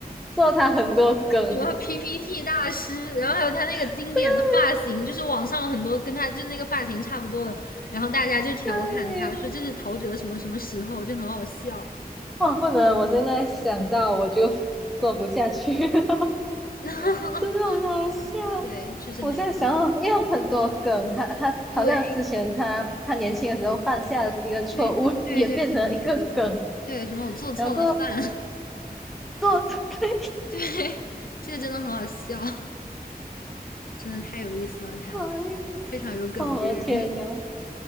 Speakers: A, in the centre; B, on the left.
A: 做他很多梗，
B: 什么 PPT 大师，然后还有他那个经典的发型，
A: <laughs>
B: 就是网上有很多跟他就那个发型差不多的，然后大家就调侃他说这是陶喆什么什么时候，
A: 对
B: 就很好笑。
A: 哇，不能，我现在想到我就说不下去了，<laughs>
B: <laughs>
A: 真的很好笑。
B: 对，确实很有意思。
A: 我在想哦，因为很多梗，他他好像之前他他年轻的时候犯下的一个错误，
B: 对对对对对对对对，
A: <laughs> 也变成一个梗，
B: 什么我做错了饭。
A: 然后做 <laughs> 对，
B: 对，这个真的很好笑，<laughs> 真的太有意思了他，
A: 哎
B: 非常有梗这个人。
A: 呦我的天呐，
B: <laughs>